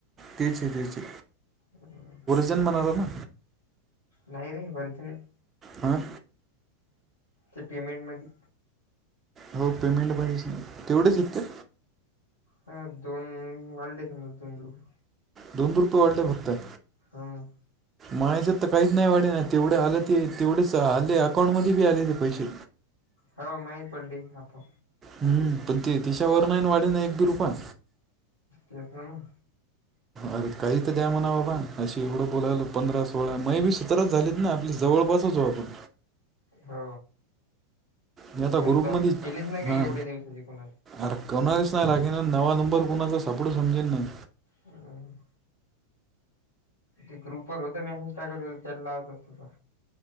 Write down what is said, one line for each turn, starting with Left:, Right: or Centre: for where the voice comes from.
Right: तेच हेज्याचे.
Left: हां
Right: जन म्हणार ना.
Left: नाही रे वरती नाही.
Right: अं?
Left: ते पेमेंटमधी.
Right: हो पेमेंटमध्येच नाही. तेवढेच आहेत काय?
Left: हं दोन व्हॅलिडेशनला दोन रुपये.
Right: दोन रुपये वाढले फक्त.
Left: हम्म.
Right: मायचं तर काहीच नाही वाढे ना तेवढे आलं ते तेवढेच आले अकाउंटमध्ये बी आले ते पैसे.
Left: हो माहीत पडली आपो
Right: हम्म पण ते तिच्यावर नाही ना वाढे एक बी रुपया.
Left: तेच ना मग.
Right: अरे काही तर द्या म्हणा बाबा अशी एवढं बोलायलो पंधरा स हो ना मै बी सतराच झालीत ना आपली जवळपासच अहो आपण.
Left: हो
Right: मी आता
Left: म्हणजे
Right: ग्रुपमध्ये
Left: त्या केलीच नाही का
Right: हां
Left: एवढ्या दिवसाची पुन
Right: अरे कुणालाच नाही लागेना आणि नवा नंबर कोणाचा सापडू समजेन नाही.
Left: हम्म, हम्म. ते ग्रुपवर होत मेसेज टाकत होता त्यांला <unintelligible> तसा.